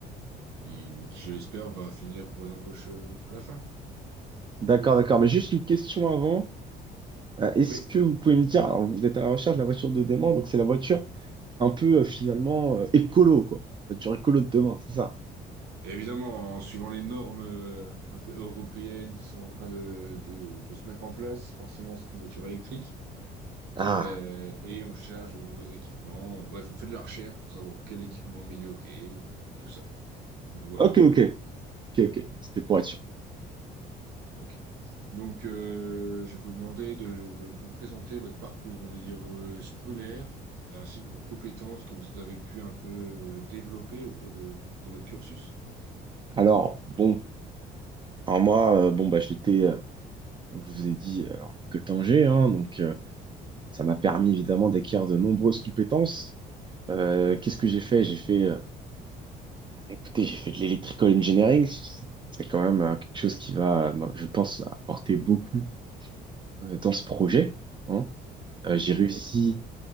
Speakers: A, on the right; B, on the right.
A: qui, qui, je l'espère, va finir pour une embauche euh, à la fin
B: D'accord,
A: pour vous.
B: d'accord. Mais juste une question avant. Euh, Est-ce
A: Oui.
B: que vous pouvez me dire, alors vous êtes à la recherche de la voiture de demain, donc c'est la voiture un peu euh, finalement euh, écolo, quoi. Voiture écolo de demain, c'est ça.
A: Et Évidemment, en suivant les normes euh, un peu européennes qui sont en train de, de, de se mettre en place, forcément, c'est une voiture électrique.
B: Ah,
A: Euh, et on cherche de nouveaux équipements. Bref, on fait de la recherche pour savoir quel équipement améliorer, euh, tout ça. Voilà.
B: ok, ok, ok, ok. C'était pour être sûr.
A: Ok. Donc, euh, je vais vous demander de, de un peu présenter votre parcours, on va dire, euh, scolaire, et ainsi que vos compétences que vous avez pu un peu euh, développer au cours de, de votre cursus.
B: Alors, bon, alors moi, euh, bon, bah, j'étais, euh, comme je vous ai dit, euh, en école d'ingé, hein, donc euh, ça m'a permis évidemment d'acquérir de nombreuses compétences. Euh, qu'est-ce que j'ai fait? J'ai fait euh, Écoutez, j'ai fait de l'électrical engineering. C'est c'est quand même euh, quelque chose qui va, euh, moi, je pense, apporter beaucoup euh, dans ce projet. hein. Euh,
A: Oui.
B: j'ai réussi,